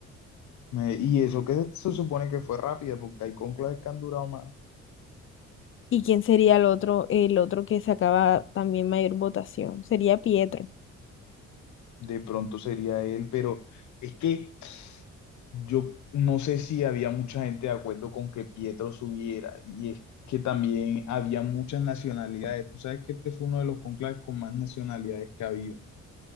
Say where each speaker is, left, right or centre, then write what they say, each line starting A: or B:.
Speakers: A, on the left; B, on the left.
A: Eh, y eso que se supone que fue rápida, porque hay cónclaves que han durado más.
B: ¿Y quién sería el otro, el otro que sacaba también mayor votación? Sería Pietro.
A: de pronto sería él, pero es que yo no sé si había mucha gente de acuerdo con que Pietro subiera, y es que también había muchas nacionalidades. Tú sabes que este fue uno de los conclaves con más nacionalidades que ha habido.